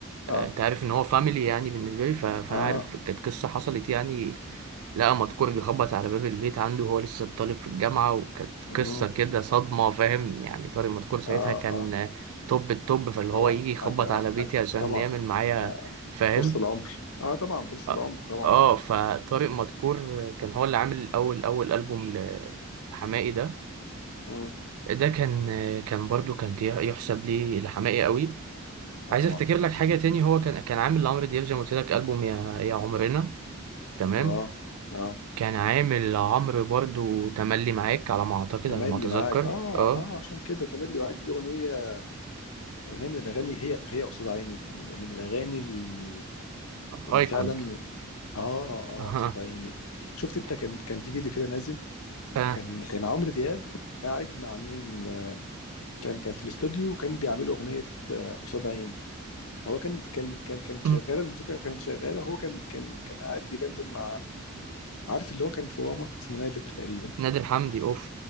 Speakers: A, on the right (about 75°); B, on the left (about 75°).
A: آه،
B: اه
A: انت عارف ان هو فاميلي يعني بالنسبه لي ف- فانا
B: اه
A: عارف كانت قصه حصلت يعني لقى مدكور بيخبط على باب البيت عنده وهو لسه طالب في الجامعة وكانت
B: مم.
A: قصة كده صدمة فاهم يعني طارق مدكور ساعتها
B: اه
A: كان
B: اه
A: توب التوب فاللي
B: طبعا
A: هو يجي يخبط
B: حاجة
A: على
B: حاجة
A: بيتي عشان
B: طبعا
A: يعمل معايا
B: آه،
A: فاهم
B: فرصة العمر اه طبعا فرصة
A: اه
B: العمر طبعا
A: آه، فطارق مدكور كان هو اللي عامل أول أول ألبوم ل- لحماقي ده
B: مم.
A: ده كان كان برضو كان يحسب لي لحماقي قوي
B: اه
A: عايز
B: طبعا
A: افتكر لك حاجة تاني هو كان كان عامل لعمرو دياب زي ما قلت لك ألبوم يا يا عمرنا تمام
B: اه اه
A: كان عامل عمرو برضو تملي معاك على ما اعتقد
B: تملي
A: على ما اتذكر
B: معاك اه
A: اه
B: اه عشان كده تملي معاك دي اغنيه اغنيه من الاغاني هي هي قصاد عيني من من الاغاني ال- اللي
A: ايكون
B: فعلا اه
A: اها
B: اه قصاد عيني شفت انت كان كان في فيديو كده نازل
A: ف
B: كان كان عمرو دياب قاعد مع مين آه، كان كان في الاستوديو وكان بيعملوا اغنيه آه، قصاد عيني فهو كان كان كان كانت شغاله
A: مم.
B: الموسيقى كانت شغاله هو كان كان كان قاعد بيدندن مع عارف اللي هو كان في واما اسمه نادر تقريبا
A: نادر حمدي اوف